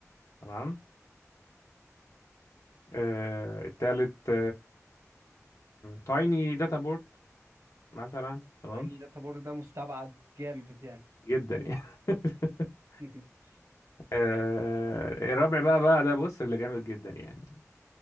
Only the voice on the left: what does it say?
تمام آه، التالت تايني داتا بورد مثلا تمام
جدا يعني <laughs>
آه، الرابع بقى بقى ده بص اللي جامد جدا يعني